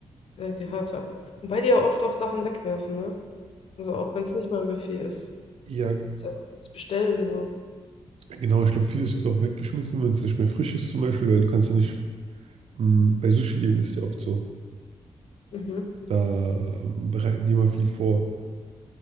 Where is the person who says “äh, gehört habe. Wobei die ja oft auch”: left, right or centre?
Left